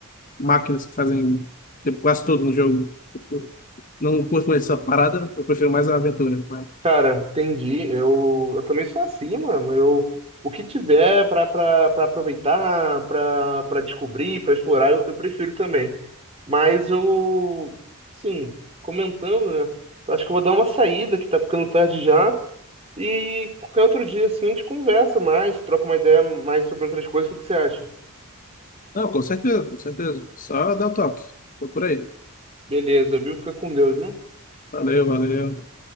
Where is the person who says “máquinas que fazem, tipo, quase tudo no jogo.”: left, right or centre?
Left